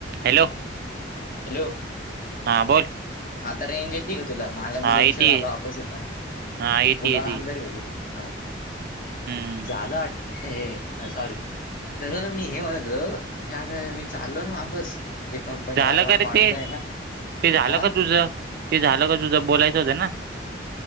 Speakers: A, on the right; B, on the left.
A: हॅलो
B: हॅलो
A: हां बोल,
B: आता रेंज येते ग तुला मला मी
A: हा
B: गच्छवर
A: येते
B: आलो आपस आता
A: हा येते
B: पुलाला
A: येते
B: अंंदर वेगल, हा
A: हम्म
B: झालं आ हे सॉरी, तर मी हे म्हणत की आता मी चालो ना वापस, जे कंपनीवाले
A: झालं
B: मला
A: का
B: पाठवत
A: रे ते
B: आहे ना
A: ते झालं
B: हा
A: का तुझं ते झालं का तुझं बोलायचं होतं ना,